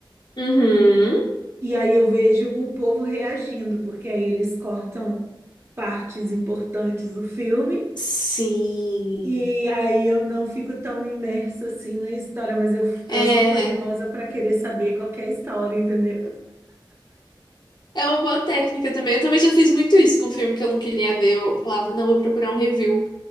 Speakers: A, on the left; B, on the right.
A: Uhum.
B: E aí eu vejo o povo reagindo, porque aí eles cortam partes importantes do filme.
A: Sim.
B: E aí eu não fico tão imersa assim na história, mas eu,
A: É,
B: eu sou curiosa para querer saber qual que é a história, entendeu?
A: é uma boa técnica também. Eu também já fiz muito isso com um filme que eu não queria ver. Eu falava, não, vou procurar um review.